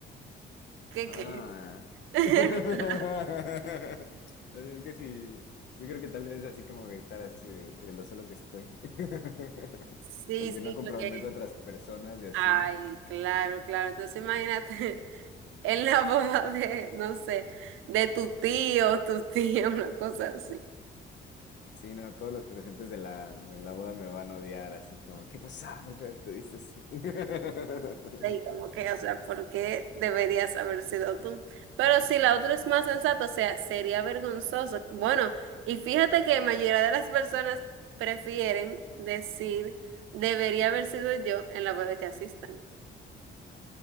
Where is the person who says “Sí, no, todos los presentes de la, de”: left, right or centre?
Left